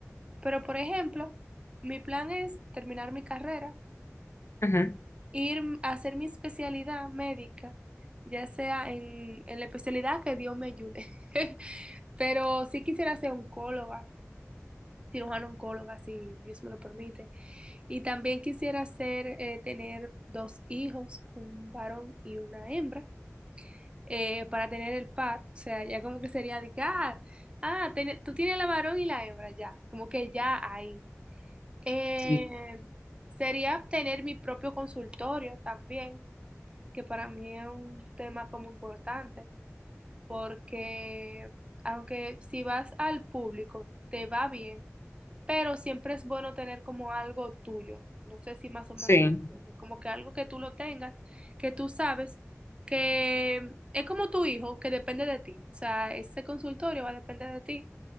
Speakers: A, on the right (about 20°); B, on the left (about 55°).
A: Pero, por ejemplo, mi plan es terminar mi carrera,
B: Ujú,
A: ir a hacer mi especialidad médica, ya sea en, en la especialidad que Dios me ayude. <laughs> Pero sí quisiera ser oncóloga, cirujano oncóloga, si Dios me lo permite. Y también quisiera hacer, eh, tener dos hijos, un varón y una hembra, eh, para tener el par. O sea, ya como que sería de que, ah, ah, ten- tú tienes la varón y la hembra ya, como que ya ahí. Eh,
B: Sí,
A: sería tener mi propio consultorio también, que para mí es un tema como importante porque aunque si vas al público te va bien, pero siempre es bueno tener como algo tuyo. No sé si más o menos
B: sí,
A: me entiendes, como que algo que tú lo tengas, que tú sabes que es como tu hijo, que depende de ti. O sea, ese consultorio va a depender de ti